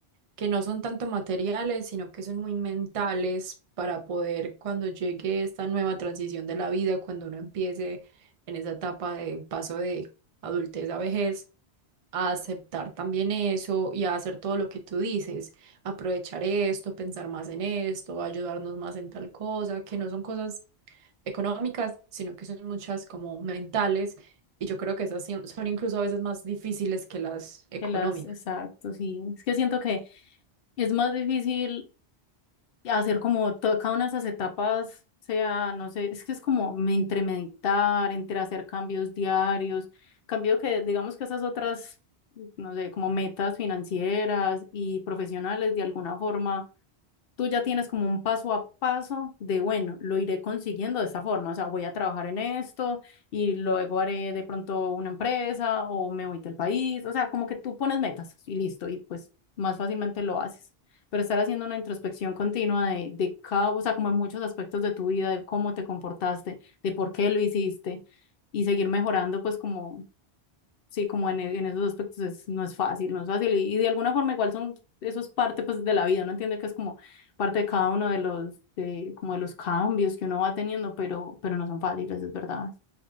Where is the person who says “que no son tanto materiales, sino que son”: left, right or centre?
Right